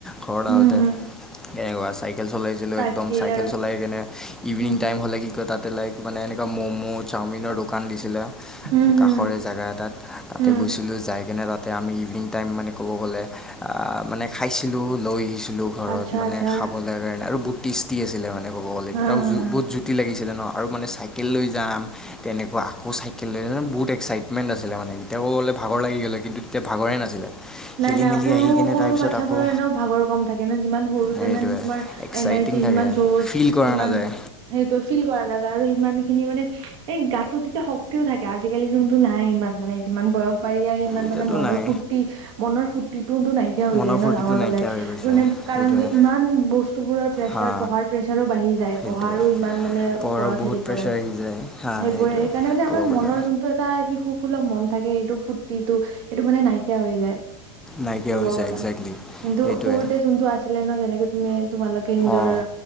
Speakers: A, in the centre; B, on the right (about 65°).
A: ঘৰত আহোঁতে
B: উম হম
A: কেনেকুৱা চাইকেল চলাইছিলোঁ
B: তাকেই
A: একদম, চাইকেল
B: আৰু
A: চলাই কেনে ইভিনিং
B: উম
A: টাইম হ'লে কি কয় তাতে লাইক মানে এনেকুৱা ম'ম', চাওমিনৰ দোকান দিছিলে
B: উম হম
A: কাষৰে জেগা এটাত। তাতে
B: উম
A: গৈছিলোঁ যাই কিনে তাতে আমি ইভিনিং টাইম মানে ক'ব গ'লে মানে খাইছিলোঁ লৈ আহিছিলোঁ ঘৰত
B: আচ্ছা
A: মানে
B: আচ্ছা
A: খাবলৈ কাৰণে আৰু বহুত টেষ্টি আছিলে মানে। ক'ব গ'লে,
B: হা
A: <unintelligible>
B: হা
A: <unintelligible> লাগিছিলে ন' আৰু মানে চাইকেল লৈ যাম, তেনেকুৱা আকৌ চাইকেল লৈ বহুত এক্সাইটমেণ্ট আছিলে মানে, এতিয়া গ'লে ভাগৰ লাগি গ'লে হয়, কিন্তু তেতিয়া ভাগৰে নাছিলে।
B: নাই,
A: খেলি
B: নাই,
A: মেলি
B: সৰু,
A: আহি কেনে
B: সৰু
A: তাৰপিছত
B: বাচ্ছা
A: আকৌ
B: পুৰা এনেও ভাগৰ কম থাকে ন', যিমান সৰুতে
A: সেইটোৱে
B: ইমান তোমাৰ
A: এক্সাইটিং
B: এনাৰ্জি,
A: থাকে
B: সিমান যজ,
A: ফিল কৰা
B: সিমান
A: নাযায়
B: সেইটো ফিল কৰা নাযায়, আৰু ইমানখিনি মানে, এই গাটোত তেতিয়া শক্তিও থাকে, আজি আজিকালি যোনটো নাই, ইমান মানে যিমান বয়স বাঢ়ি আহি ইমান
A: এতিয়াতো
B: মানে মনৰ
A: নাই
B: ফূৰ্তি, মনৰ ফূতিটোওটো নাইকিয়া হৈ
A: মনৰ
B: যায় ন
A: ফূৰ্তিটো
B: ডাঙৰ হ'লে,
A: নাইকিয়া হৈ গৈছে
B: মানে কাৰণ
A: সেইটোৱে
B: কি, ইমান বস্তুবোৰৰ প্ৰেচাৰ,
A: হা
B: পঢ়াৰ প্ৰেচাৰো বাঢ়ি যায়।
A: সেইটোৱে
B: পঢ়াৰো ইমান মানে
A: পঢ়াৰ
B: পৰত
A: বহুত
B: হেৰি
A: প্ৰেছাৰ
B: পৰে,
A: আহি যায় হা
B: সেইবোৰে
A: সেইটোৱে
B: সেইকাৰণে, মানে
A: ক'ব
B: আমাৰ
A: গ'লে
B: মনৰ যোনটো এটা শিশু সুলভ মন থাকে, সেইটো ফূৰ্তিটো, সেইটো মানে নাইকিয়া হৈ যায়।
A: নাইকিয়া
B: ক'ব
A: হৈ যায়
B: গ'লে,
A: একজেক্টলি
B: কিন্তু
A: সেইটোৱে
B: সৰুতে যোনটো আছে ছিলে ন, যেনেকে তুমি তোমালোকে নিজৰ,
A: অঁ